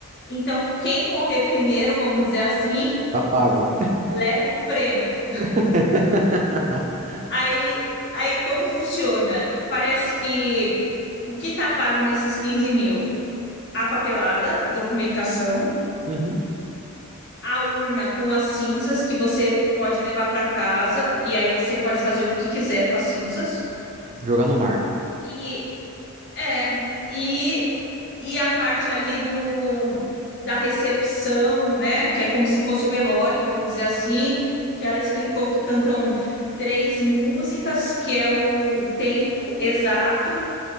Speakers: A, on the left; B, on the right.
A: Então, quem morrer primeiro, vamos dizer assim,
B: Tá pago.
A: leva o prêmio.
B: <laughs>
A: Aí, aí como funciona? Parece que o que está pago nesses 15 mil? A papelada, documentação,
B: Uhum.
A: a urna com as cinzas que você pode levar para casa e aí você pode fazer o que quiser com as cinzas.
B: Jogar no mar.
A: E é, e, e a parte ali do da recepção, né? Que é como se fosse o velório, vamos dizer assim, que ela explicou que cantam três músicas, que é o tempo exato